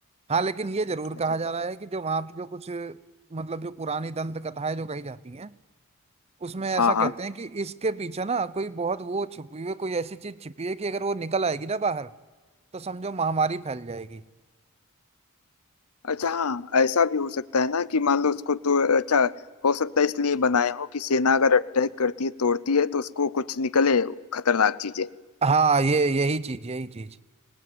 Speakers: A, on the right; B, on the left.
A: हाँ लेकिन ये जरूर
B: अच्छा
A: कहा जा रहा है कि जो वहाँ पे जो कुछ मतलब जो पुरानी दंत कथाएं जो कही जाती हैं उसमें ऐसा
B: हाँ
A: कहते
B: हाँ
A: हैं कि इसके पीछे ना कोई बहुत वो छुपी हुई कोई ऐसी चीज छिपी है कि अगर वो निकल आएगी ना बाहर तो समझो महामारी फैल जाएगी
B: अच्छा हाँ ऐसा भी हो सकता है ना कि मान लो उसको तो अच्छा हो सकता है इसलिए बनाए हो कि सेना अगर अटैक करती है तोड़ती है तो उसको कुछ निकले खतरनाक चीजें
A: हाँ ये यही चीज यही चीज